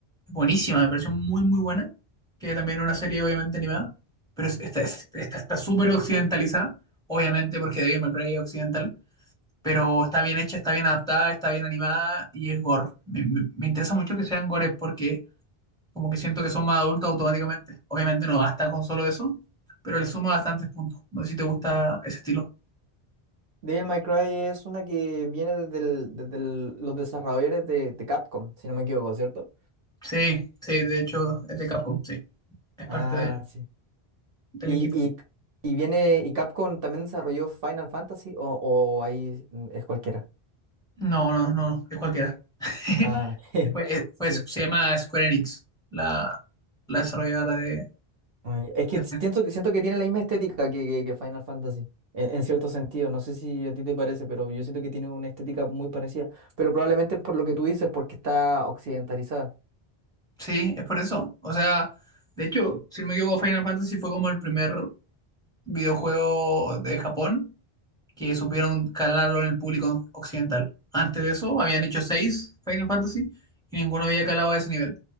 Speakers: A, in the centre; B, on the right.
A: Buenísima, me pareció muy, muy buena. Que también es una serie, obviamente, animada. Pero es- esta es- esta está súper occidentalizada, obviamente, porque David McRae es occidental pero está bien hecha, está bien adaptada, está bien animada y es gore. Me, me- me interesa mucho que sean gores porque como que siento que son más adultos automáticamente. Obviamente no basta con solo eso, pero le suma bastantes puntos. No sé si te gusta ese estilo.
B: Devil May Cry es una que viene desde, el- desde el- los desarrolladores de, de Capcom, si no me equivoco, ¿cierto?
A: Sí, sí, de hecho es de Capcom, sí, es
B: Ah,
A: parte del,
B: sí.
A: del
B: Y,
A: equipo.
B: y, y viene, y Capcom también desarrolló Final Fantasy, o, o ahí mm, es cualquiera.
A: No, no, no, es cualquiera. <laughs>
B: Ah, <laughs> ok.
A: Fue- eh, fue-
B: sí.
A: se llama Square Enix, la, la desarrolladora de,
B: Ay, es que
A: de Final-
B: siento, que- siento que tiene la misma estética que, que, que Final Fantasy, en, en cierto sentido. No sé si a ti te parece, pero yo siento que tiene una estética muy parecida. Pero probablemente es por lo que tú dices, porque está occidentalizada.
A: Sí, es por eso. O sea, de hecho, si no me equivoco, Final Fantasy fue como el primer videojuego de Japón que supieron calarlo en el público occidental. Antes de eso habían hecho seis Final Fantasy y ninguno había calado a ese nivel.